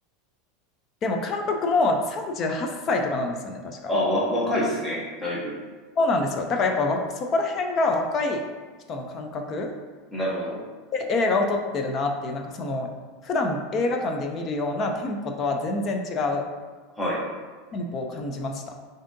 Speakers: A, on the left; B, in the centre.
A: でも監督も38歳とかなんですよね、確か。
B: あ、わ、若いですね、だいぶ。
A: そうなんですよ。だからやっぱそこら辺が若い人の感覚
B: なるほど。
A: で映画を撮ってるなっていう、なんかその、普段映画館で見るようなテンポとは全然違う
B: はい。
A: テンポを感じました。